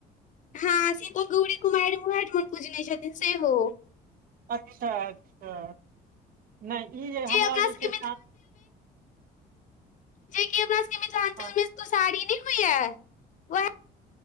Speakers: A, on the left; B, on the right.
A: हँ सीधु गौरी कुमारि उहेएठमा पुजने छथिन सेहो
B: अच्छा अच्छा नै ई जे हमरा
A: अपना
B: जे
A: सबके
B: छै से आ
A: जैके अपना सबके मिथिलाञ्चल
B: हँ
A: मे इसको सारी नै होई या वह